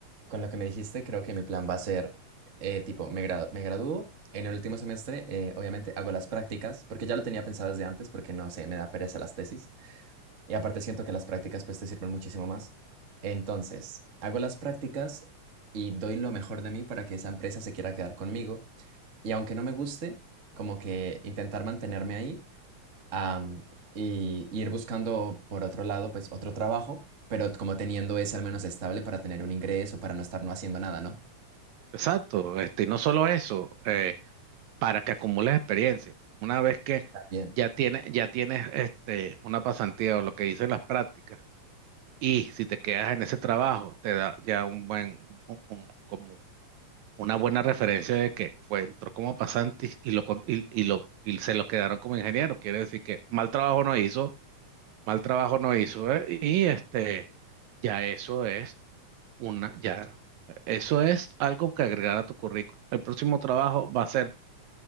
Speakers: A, on the right; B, on the right.
A: con lo que me dijiste, creo que mi plan va a ser, eh, tipo, me gra- me gradúo. En el último semestre, eh, obviamente, hago las prácticas, porque ya lo tenía pensado desde antes, porque no sé, me da pereza las tesis. Y aparte siento que las prácticas pues te sirven muchísimo más. Entonces, hago las prácticas y doy lo mejor de mí para que esa empresa se quiera quedar conmigo. Y aunque no me guste, como que intentar mantenerme ahí am, y ir buscando por otro lado pues otro trabajo, pero como teniendo ese al menos estable para tener un ingreso, para no estar no haciendo nada, ¿no?
B: Exacto, este, y no solo eso. eh, para que acumules experiencia. Una vez que
A: También.
B: ya tienes, ya tienes este, una pasantía o lo que dicen las prácticas, y si te quedas en ese trabajo, te da ya un buen, un- un- como una buena referencia de que fue, entró como pasante y lo, con- y, y lo, y se lo quedaron como ingeniero. Quiere decir que mal trabajo no hizo, mal trabajo no hizo, ¿eh? Y este, ya eso es una, ya, eso es algo que agregar a tu currículum. El próximo trabajo va a ser